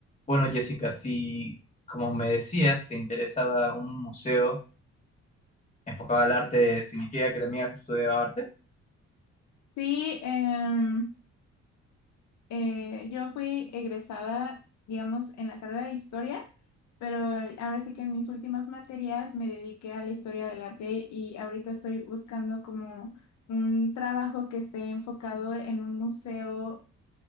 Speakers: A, on the left; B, on the left.
A: Bueno, Jessica, si como me decías, te interesaba un museo enfocado al arte, ¿significa que también has estudiado arte?
B: Sí, em, eh, yo fui egresada, digamos, en la carrera de historia, pero eh, ahora sí que en mis últimas materias me dediqué a la historia del arte y ahorita estoy buscando como un trabajo que esté enfocado en un museo,